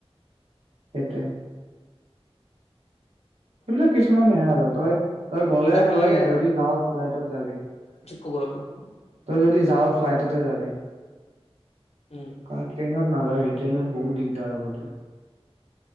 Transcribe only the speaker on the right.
সেইটোয়ে সেইবিলাক কিছুমান হেয়াই আৰু তই তই গ'লে
তই
যদি যাৱ ফ্লাইটত যাগে।
তই যদি যাৱ ফ্লাইটতে যাবি।
কাৰণ ট্ৰেইনত নাযাবি ট্ৰেইনত বহুত দিগদাৰ হ'ব তোৰ।